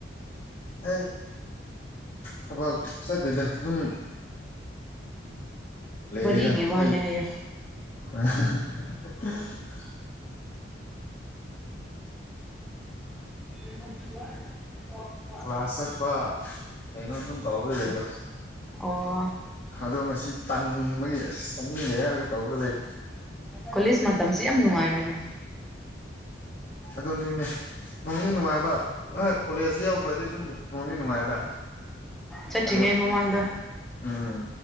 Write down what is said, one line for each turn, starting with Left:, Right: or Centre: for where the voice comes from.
Left: ꯑꯩ ꯊꯕꯛ ꯆꯠꯗꯦꯗꯦ ꯑꯗꯨꯝ ꯂꯩꯌꯦꯗ
Centre: ꯋꯥꯔꯤꯒꯤ ꯋꯥꯅꯦ
Left: <unintelligible>
Centre: ꯍꯥꯏꯌꯣ <inaudible>
Left: ꯀ꯭ꯂꯥꯁ ꯆꯠꯄ ꯀꯩꯅꯣ ꯑꯗꯨꯝ ꯇꯧꯔꯒ ꯂꯩꯌꯦꯗ꯫
Centre: ꯑꯣ
Left: ꯑꯗꯣ ꯉꯁꯤ ꯇꯥꯟꯕꯒꯤ ꯑꯁ ꯆꯠꯅꯤꯡꯗꯦ ꯍꯥꯏꯔꯒ ꯇꯧꯔꯒ ꯂꯩ꯫
Centre: ꯀꯣꯂꯦꯖ ꯃꯇꯝꯁꯤ ꯌꯥꯝ ꯅꯨꯡꯉꯥꯏꯕꯅꯦ꯫
Left: ꯑꯗꯨꯅꯤꯅꯦ꯫ ꯅꯨꯡꯗꯤ ꯅꯨꯡꯉꯥꯏꯕ ꯀꯣꯂꯦꯖꯁꯤ ꯌꯧꯈ꯭ꯔꯗꯤ ꯑꯗꯨꯝ ꯅꯨꯡꯗꯤ ꯅꯨꯡꯉꯥꯏꯗ꯫
Centre: ꯆꯠꯇ꯭ꯔꯤꯉꯩ
Left: ꯑꯗꯣ
Centre: ꯃꯃꯥꯡꯗ꯫
Left: ꯎꯝ